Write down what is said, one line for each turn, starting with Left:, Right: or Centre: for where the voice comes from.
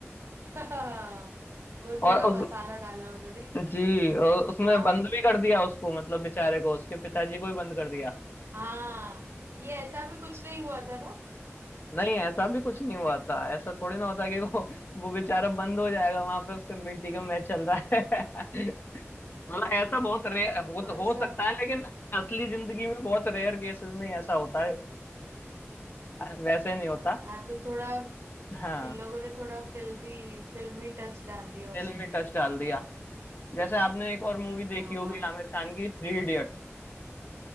Right: <laughs> वो
Left: और
Right: थोड़ा
Left: उस
Right: मसाला डाला उन्होंने कि
Left: जी और उसमें
Right: हाँ
Left: बंद भी कर दिया उसको मतलब बेचारे को उसके पिताजी को ही बंद कर दिया
Right: हाँ ये ऐसा भी कुछ नहीं हुआ था ना
Left: नहीं ऐसा भी कुछ नहीं हुआ था ऐसा थोड़ी ना होता कि वो वो बेचारा बंद हो जाएगा वहां पे उसका बेटी का मैच चल रहा है <laughs> मतलब ऐसा बहुत
Right: हाँ
Left: रेयर हो
Right: थोड़ा
Left: तो हो
Right: सा
Left: सकता है लेकिन असली जिंदगी में बहुत रेयर केसेस में ही ऐसा होता है <laughs> वैसे नहीं होता
Right: हाँ हाँ, तो थोड़ा
Left: हाँ
Right: इन लोगों ने थोड़ा फिल्मी फिल्मी टच डाल दिया
Left: फिल्म
Right: उसमें
Left: में टच डाल दिया जैसे आपने एक और मूवी देखी
Right: हाँ
Left: होगी आमिर खान की थ्री इडियट्स